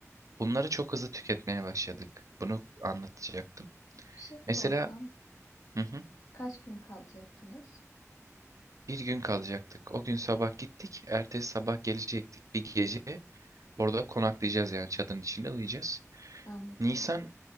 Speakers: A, on the right (about 80°); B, on the left (about 85°).
A: bunları çok hızlı tüketmeye başladık. Bunu anlatacaktım.
B: Bir şey
A: Mesela
B: sorsam
A: hı hı,
B: kaç gün kalacaktınız?
A: bir gün kalacaktık. O gün sabah gittik. Ertesi sabah gelecektik. Bir gece orada konaklayacağız yani çadırın içinde uyuyacağız.
B: Anladım.
A: Nisan